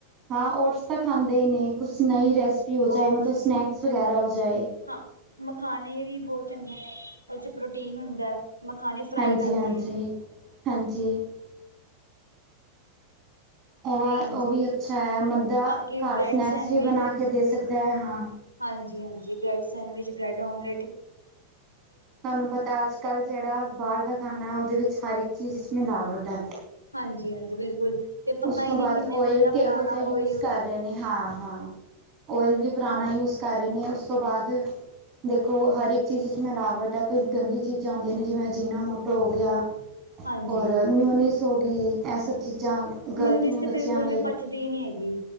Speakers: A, on the right; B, on the left.
A: ਹਾਂ ਓਟਸ ਤਾਂ ਖਾਂਦੇ ਹੀ ਨੇ ਕੁਛ ਨਈ ਰੈਸਪੀ ਹੋ ਜਾਏ
B: ਓਟਸ
A: ਮਤਬ ਸਨੈਕ ਵਗੈਰਾ ਹੋ ਜਾਏ
B: ਹਾਂ, ਮਖਾਣੇ ਵੀ ਬਹੁਤ ਚੰਗੇ ਨੇ, ਉਹ 'ਚ ਪ੍ਰੋਟੀਨ ਹੁੰਦਾ ਮਖਾਨੇ ਫਰਾਈ
A: ਹਾਂਜੀ
B: ਕਰਕੇ
A: ਹਾਂਜੀ ਹਾਂਜੀ ਉਹ,
B: ਹਾਂਜੀ
A: ਉਹ ਵੀ ਅੱਛਾ ਐ, ਬੰਦਾ
B: ਬਾਕੀ
A: ਘਰ
B: ਬ੍ਰੈਡ
A: ਸਨੈਕਸ
B: ਸੈਂਡਵਿਚ
A: ਵੀ ਬਣਾ ਕੇ ਦੇ ਸਕਦਾ ਐ, ਹਾਂ
B: ਹਾਂਜੀ- ਹਾਂਜੀ ਬ੍ਰੈਡ ਸੈਂਡਵਿਚ ਬ੍ਰੈਡ ਆਮਲੇਟ
A: ਤੁਹਾਨੂੰ ਪਤਾ ਅੱਜ -ਕੱਲ ਜੇੜਾ ਬਾਹਰ ਦਾ ਖਾਨਾ, ਉਹਦੇ ਵਿੱਚ ਹਰ ਇੱਕ ਚੀਜ਼ ਵਿੱਚ ਮਿਲਾਵਟ ਐ
B: ਹਾਂਜੀ- ਹਾਂਜੀ ਬਿਲਕੁਲ ਤੇ ਪਤਾ
A: ਉਸ ਤੋਂ
B: ਹੀ
A: ਬਾਅਦ
B: ਨਹੀਂ ਕਿੰਨੇ
A: ਆਇਲ
B: ਦਿਨ ਦਾ
A: ਕਿਹੋ
B: ਪੁਰਾਣਾ
A: ਜਿਹਾ ਯੂਜ
B: ਓਇਲ
A: ਕਰ ਰਹੇ ਨੇ, ਹਾਂ- ਹਾਂ ਆਇਲ ਵੀ ਪੁਰਾਣਾ ਯੂਜ ਕਰ ਰਹੇ ਨੇ ਉਸ ਤੋਂ ਬਾਅਦ, ਦੇਖੋ ਹਰ ਇੱਕ ਚੀਜ਼ਾ 'ਚ ਮਿਲਾਵਟ ਐ, ਕੋਈ ਗੰਦੀ ਚੀਜ਼ਾਂ ਆਉਂਦੀਆਂ ਨੇ, ਜਿਵੇਂ ਅਜੀਨਾ ਮੋਟੋ ਹੋ ਗਿਆ,
B: ਹਾਂਜੀ
A: ਔਰ ਮਿਊਨੀਸ ਹੋ ਗਈ, ਐਹ ਸਭ ਚੀਜ਼ਾਂ ਗ਼ਲਤ
B: ਮਿਊਨੀਇਸ
A: ਨੇ
B: ਤੇ ਬਿਲਕੁਲ
A: ਬੱਚਿਆਂ ਲਈ
B: ਵੀ ਪਚਦੀ ਨਹੀਂ ਹੈਗੀ